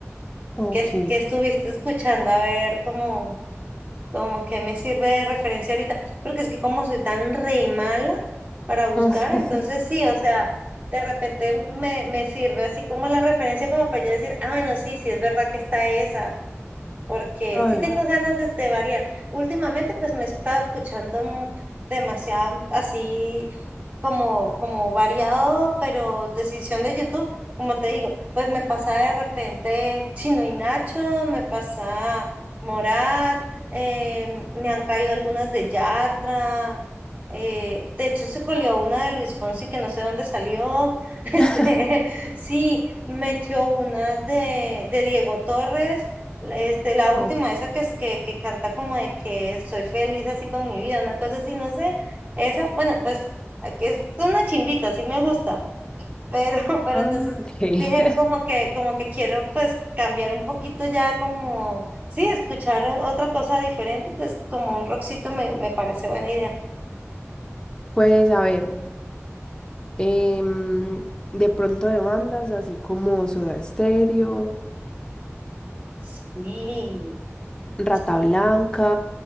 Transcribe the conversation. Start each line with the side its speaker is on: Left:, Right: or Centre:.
Left: Ok.
Right: que, es- que estuviste escuchando, a ver cómo, como que me sirve de referencia ahorita, porque es que como soy tan re mala para buscar,
Left: <laughs>
Right: entonces sí, o sea, de repente me, me sirve así como la referencia como para yo decir, ah, bueno, sí, sí, es verdad que está esa, porque
Left: A
Right: sí tengo
Left: ver.
Right: ganas de, de variar. Últimamente pues me he estado escuchando mm, demasiado así como, como variado, pero decisión de YouTube, como te digo, pues me pasa de repente Chino y Nacho, me pasa Morat, eh, me han caído algunas de Yatra, eh, de hecho se colió una de Luis Fonsi que no sé dónde salió, <laughs> este,
Left: <laughs>
Right: sí, metió una de, de Diego Torres. Este, la última,
Left: Ok.
Right: esa que es que, que canta como de que soy feliz así con mi vida, una cosa así, no sé. Esa, bueno, pues a que es una chimbita, sí me gusta, pero, <laughs> pero
Left: Ah,
Right: entonces
Left: ok. <laughs>
Right: dije como que, como que quiero pues cambiar un poquito ya como, sí, escuchar un- otra cosa diferente, entonces como un rockcito me, me parece buena idea.
Left: Pues a ver, em, de pronto de bandas así como Soda Stereo,
Right: Sí,
Left: Rata
Right: sí.
Left: Blanca,